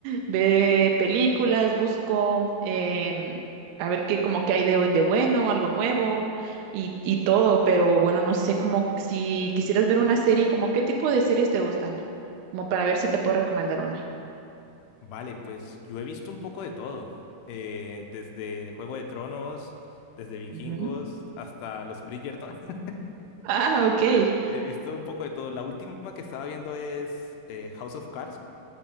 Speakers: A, on the right; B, on the left.
A: Ver películas, busco em, a ver qué como que hay de, de bueno, algo nuevo y, y todo, pero bueno, no sé como si quisieras ver una serie, como qué tipo de series te gustan, como para ver si te puedo recomendar una.
B: Vale, pues yo he visto un poco de todo, eh, desde el Juego de Tronos, desde Vikingos
A: Ujú.
B: hasta los Bridgerton. <laughs>
A: Ah, ok.
B: He visto un poco de todo. La última que estaba viendo es eh, House of Cards,